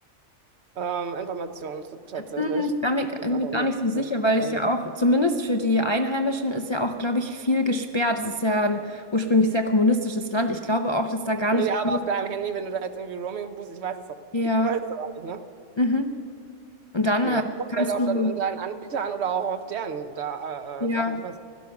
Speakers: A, on the right; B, on the left.
A: äh, äh, ähm, Informationen zu tatsächlich.
B: Hm, Ich war mir
A: Das
B: irgendwie
A: ist einfach
B: gar
A: nur
B: nicht so
A: so
B: sicher, weil
A: reingesagt.
B: ich ja auch, zumindest für die Einheimischen, ist ja auch, glaube ich, viel gesperrt. Es ist ja ein ursprünglich sehr kommunistisches Land. Ich glaube auch, dass da gar
A: Ja,
B: nicht
A: aber
B: alles.
A: auf deinem Handy, wenn du da jetzt irgendwie Roaming buchst, ich weiß es aber,
B: Ja.
A: ich weiß es aber nicht, ne?
B: Mhm. Und dann
A: Ja,
B: äh,
A: kommt
B: kannst
A: halt auf
B: du,
A: dann deinen Anbieter an oder auch auf deren da,
B: ja,
A: äh, äh, Sachen, ich weiß.